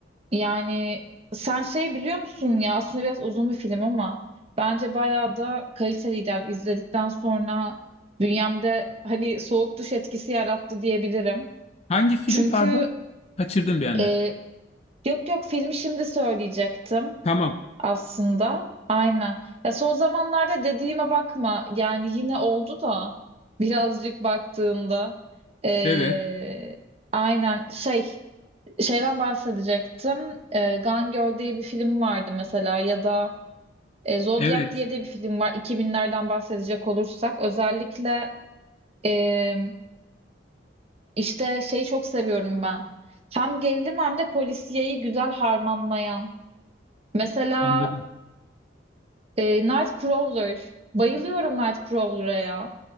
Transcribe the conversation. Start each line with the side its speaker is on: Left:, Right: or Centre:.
Right: Yani sen şey biliyor musun ya aslında biraz uzun bir film ama bence bayağı da kaliteliydi. Yani izledikten sonra bünyemde hani soğuk duş etkisi yarattı diyebilirim.
Left: Hangi film
Right: Çünkü
Left: pardon? Kaçırdım bir anda.
Right: e, yok yok filmi şimdi söyleyecektim
Left: Tamam.
Right: aslında. Aynen. Ya son zamanlarda dediğime bakma yani yine oldu da birazcık baktığımda. E,
Left: Evet.
Right: aynen şey. Şeyden bahsedecektim. E, Gone Girl diye bir film vardı mesela ya da e, Zodiac
Left: Evet.
Right: diye de bir film var. iki binlerden bahsedecek olursak özellikle e, işte şeyi çok seviyorum ben. Hem gerilim hem de polisiyeyi güzel harmanlayan. Mesela
Left: Anladım.
Right: e, Nightcrawler. Bayılıyorum Nightcrawler'a ya.